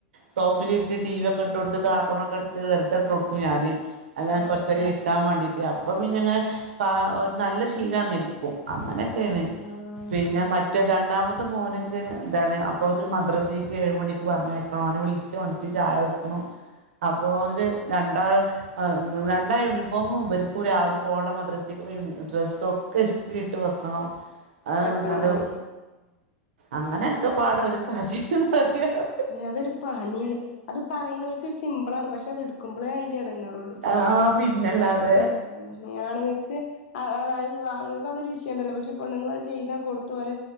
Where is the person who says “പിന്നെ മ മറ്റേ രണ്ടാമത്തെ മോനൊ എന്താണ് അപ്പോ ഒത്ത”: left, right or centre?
Right